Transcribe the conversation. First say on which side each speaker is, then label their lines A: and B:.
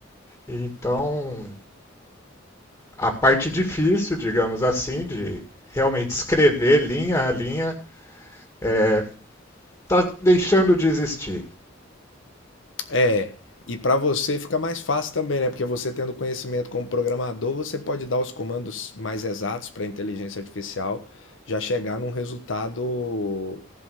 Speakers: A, on the left (about 20°); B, on the left (about 75°).
A: Então, a parte difícil, digamos assim, de realmente escrever linha a linha, está é, tá deixando de existir.
B: É, e para você fica mais fácil também, né? Porque você tendo conhecimento como programador, você pode dar os comandos mais exatos para a inteligência artificial já chegar num resultado